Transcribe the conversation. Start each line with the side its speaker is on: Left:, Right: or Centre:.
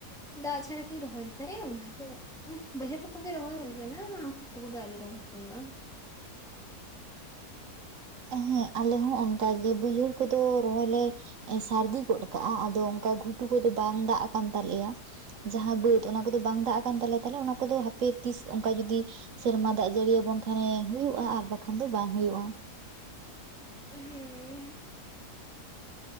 Centre: ᱫᱟᱜ ᱪᱷᱟᱲᱟ ᱠᱤ ᱨᱚᱦᱚᱭ ᱫᱟᱲᱮᱭᱟᱢ ᱚᱱᱟ ᱠᱷᱛᱮ ᱩᱸ ᱵᱟᱹᱭᱦᱟᱹᱨ ᱠᱚᱜᱮ ᱨᱚᱦᱚᱭ ᱦᱩᱭ ᱠᱟᱱᱟ, ᱜᱷᱩᱴᱩ ᱠᱚᱫᱚ ᱟᱣᱨᱤ ᱨᱚᱦᱚᱭ ᱦᱩᱭᱩᱜᱟ ᱾
Right: ᱦᱮᱸ ᱟᱞᱮ ᱦᱚᱸ ᱚᱱᱠᱟᱜᱮ ᱵᱟᱹᱭᱦᱟᱹᱲ ᱠᱚᱫᱚ ᱨᱚᱦᱚᱭ ᱞᱮ ᱥᱟᱹᱨᱫᱤ ᱜᱚᱫ ᱠᱟᱜᱼᱟ ᱟᱫᱚ ᱚᱱᱠᱟ ᱜᱷᱩᱴᱩ ᱠᱚᱫᱚ ᱵᱟᱝ ᱫᱟᱜ ᱟᱠᱟᱱ ᱛᱟᱞᱮᱭᱟ᱾ ᱡᱟᱦᱟᱸ ᱵᱟᱹᱫ ᱚᱱᱟ ᱠᱚᱫᱚ ᱵᱟᱝ ᱫᱟᱜ ᱟᱠᱟᱱ ᱛᱟᱞᱮᱭᱟ ᱛᱟᱦᱚᱞᱮ ᱚᱱᱟ ᱠᱚᱫᱚ ᱦᱟᱯᱮ ᱛᱤᱥ ᱚᱱᱠᱟ ᱡᱩᱫᱤ ᱥᱮᱨᱢᱟ ᱫᱟᱜ ᱡᱟᱹᱲᱤᱭᱟᱵᱚᱱ ᱠᱷᱟᱱᱮ ᱦᱩᱭᱩᱜᱼᱟ ᱟᱨ ᱵᱟᱠᱷᱟᱱ ᱫᱚ ᱵᱟᱝ ᱦᱩᱭᱩᱜᱼᱟ᱾
Centre: ᱦᱮᱸ,